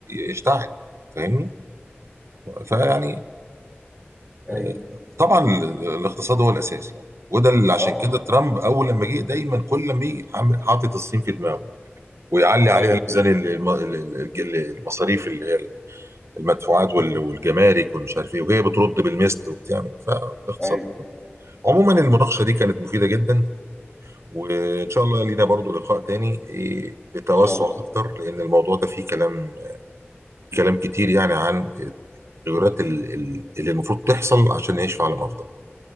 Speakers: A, on the right; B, in the centre.
A: يشتعل فاهمني فيعني
B: ايوه
A: آه، طبعا ال- ال- الاقتصاد هو الاساس يعني وده اللي عشان
B: اه آه.
A: كده ترامب اول لما جه دايما كل ما يجي عم- حاطط الصين في دماغه ويعلي عليها
B: ايوه بالظبط.
A: ميزان ال- الم- ال- ال- ال- المصاريف اللي هي المدفوعات وال- والجمارك والمش عارف ايه وهي بترد بالمثل وبتعمل فالاقتصاد
B: ايوه
A: عموما المناقشة
B: ايوه
A: دي كانت مفيدة جدا وإن شاء الله لينا برضو لقاء تاني إيه،
B: ان
A: بتوسع
B: شاء الله
A: أكتر لأن الموضوع ده فيه كلام كلام كتير يعني عن التغيرات ال- ال- اللي المفروض تحصل عشان نعيش في عالم أفضل إن